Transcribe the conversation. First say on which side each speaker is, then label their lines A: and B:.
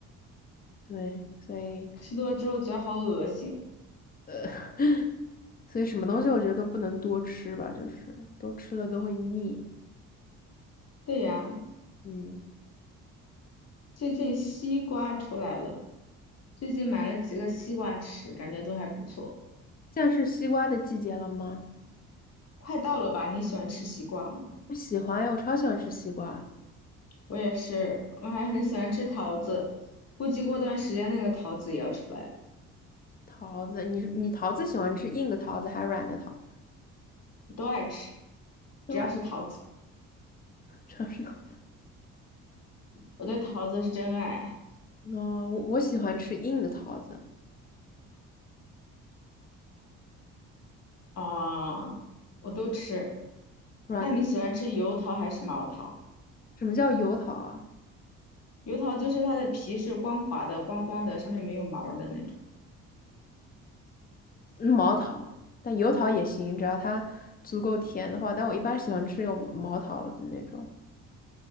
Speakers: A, on the left; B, on the left.
A: 对，所以
B: 吃多了之后觉得好恶心。
A: 呃，<laughs> 所以什么东西我觉得都不能多吃吧，就是多吃了都会腻。
B: 对呀，
A: 嗯，
B: 最近西瓜出来了，最近买了几个西瓜吃，感觉都还不错。
A: 现在是西瓜的季节了吗？
B: 快到了吧？你喜欢吃西瓜吗？
A: 我喜欢呀，我超喜欢吃西瓜、
B: 我也是，我还很喜欢吃桃子，估计过段时间那个桃子也要出来了，
A: 桃子。你你桃子喜欢吃硬的桃子还是软的桃子？
B: 我都爱吃，
A: 都
B: 只要是桃子，
A: 城市桃子，
B: 我对桃子是真爱
A: 嗯，哦，我喜欢吃硬的桃子，
B: 啊，我都吃。
A: 软，
B: 那你喜欢吃油桃还是毛桃？
A: 什么叫油桃啊？
B: 油桃就是它的皮是光滑的、光光的，上面没有毛儿的那种，
A: 嗯毛桃，但油桃也行，只要它足够甜的话。但我一般喜欢吃有毛桃的那种，